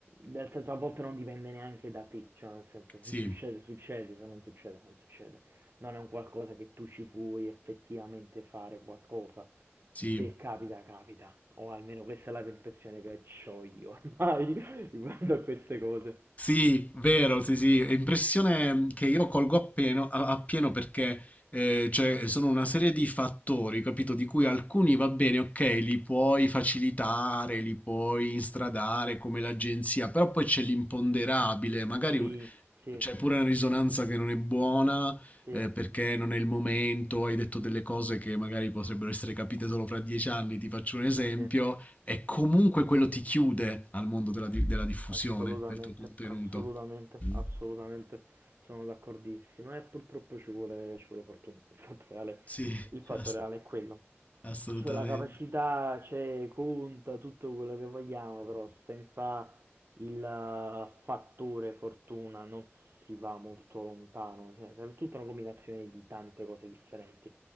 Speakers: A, on the right; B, on the left.
A: nel senso a volte non dipende neanche da te, cioè nel senso
B: sì,
A: se succede succede, se non succede non succede non è un qualcosa che tu ci puoi effettivamente fare qualcosa.
B: sì.
A: Se capita, capita. O almeno questa è la impressione che ho io ormai <laughs> riguardo a queste cose.
B: Sì, vero, sì, sì, è impressione che io colgo appieno, a- appieno perché eh, cioè, sono una serie di fattori, capito? Di cui alcuni va bene, ok, li puoi facilitare, li puoi instradare come l'agenzia, però poi c'è l'imponderabile, magari
A: Sì, sì,
B: c'è pure una risonanza che non è buona
A: sì,
B: eh, perché non è il momento, hai detto delle cose che magari potrebbero essere capite solo fra dieci anni, ti faccio un esempio
A: sì,
B: e comunque quello ti chiude al mondo della, di- della diffusione
A: assolutamente,
B: del tuo contenuto.
A: assolutamente,
B: Mm.
A: assolutamente. Sono d'accordissimo e purtroppo ci vuole, ci vuole fortuna. Il fatto reale,
B: Sì,
A: il fatto
B: ass-
A: reale è quello.
B: assolutamente.
A: Cioè la capacità c'è, conta tutto quello che vogliamo, però senza il eh, fattore fortuna non si va molto lontano, cioè serve tutta una combinazione di tante cose differenti.